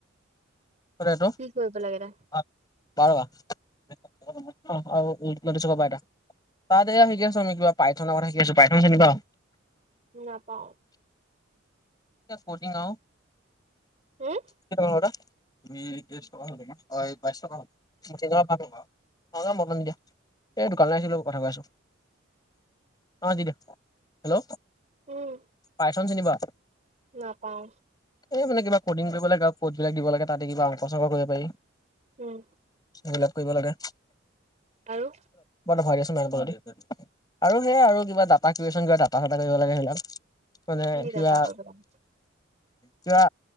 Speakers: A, on the left; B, on the right.
A: <unintelligible>
B: কি কৰিব লাগে দে
A: <unintelligible> তাত এয়া শিকি আছো আমি কিবা পাইথন কথা শিকি আছো। পাইথন চিনি পাৱ?
B: নাপাওঁ?
A: সে কটিং আও।
B: হুম?
A: কেই টকা হ'ল দাদা? তুমি তেইছ টকা হল, অ এই বাইশ টকা হ'ল। তিনি টকা পাম। অ মটন দিয়া। এই দোকানলৈ আহিছিলো, কথা কৈ আছো। অ দি দে। হেল্ল,
B: উম,
A: পাইথন চিনি পোৱা?
B: নাপাওঁ।
A: এই মানে কিবা ক'ডিং কৰিব লাগে আৰু কোড বিলাক দিব লাগে, তাতে কিবা অংক চংক কৰিব পাৰি।
B: উম,
A: সেইবিলাক কৰিব লাগে।
B: আৰু?
A: ভৰাই দিয়াচোন <unintelligible> আৰু সেয়া আৰু কিবা ডাটা কিবা ডাটা চটা কৰিব লাগে সেইবিলাক মানে
B: কি
A: কিবা,
B: ডাটা কৰিব লাগে?
A: কিবা